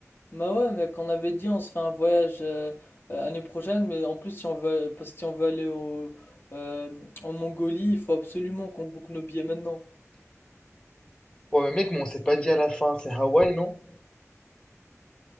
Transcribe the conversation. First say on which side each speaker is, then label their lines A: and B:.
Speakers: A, on the left (about 45°); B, on the left (about 15°).
A: Bah ouais, mec, on avait dit on se fait un voyage euh, euh, l'année prochaine, mais en plus, si on veut, parce que si on veut aller au, euh, en Mongolie, il faut absolument qu'on boucle nos billets maintenant.
B: Ouais, mais mec, mais on s'est pas dit à la fin, c'est Hawaï, non?